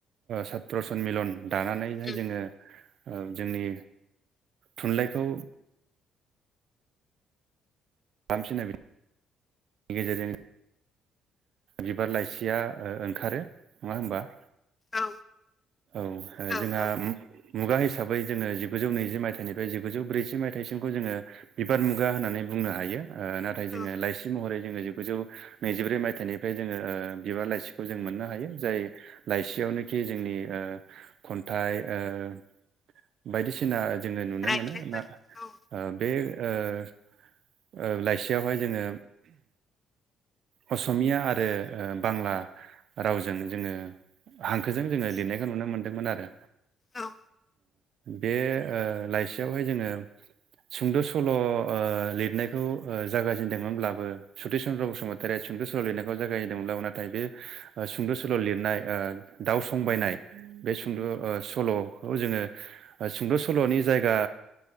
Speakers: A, on the right; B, on the left.
A: सात्र सनमिलन दानानैहाय
B: उम
A: जोङो जोंनि थुनलाइखौ <unintelligible> गेजेरजों बिबार लाइसिया ओंखारो नङा होमबा
B: औ
A: औ
B: औ
A: जोंहा
B: औ
A: मुगा हिसाबै जोङो जिगुौ नैजि मायथाइनिफ्राय जिगुजौ ब्रैजि मायथाइसिमखौ जोङो बिबार मुगा होननानै बुंनो हायो ओ नाथाय जोङो
B: औ
A: लाइसि महरै जोङो जिगुजौ नैजिब्रै मायथाइनिफ्राय जोङो बिबार लाइसिखौ जों मोननो हायो जाय लाइसियावनोखि जोंनि ओ खन्थाइ ओ बायदिसिना जोङो नुनो
B: रायथाइफोर
A: मोनो ना
B: औ
A: बे ओ ओ लाइसियावहाय जोङो असमिया आरो बांला रावजों जोङो हांखोजों जोङो लिरनायखौ नुनो मोन्दोंमोन आरो।
B: औ
A: बे ओ लाइसियावहाय जोङो ओ सुंद' सल' ओ लिरनायखौ ओ जागायाजेनदोंमोनब्लाबो सतिस चन्द्र बसुमतारी देराइ सुंद' सल लिरनायखौ जागायहदोंब्लाबो नाथाय बे सुंद' सल' लिरनाय दाउ संबायनाय बे सुंद' सल'खौ जोङो सुंद' सल'नि जायगा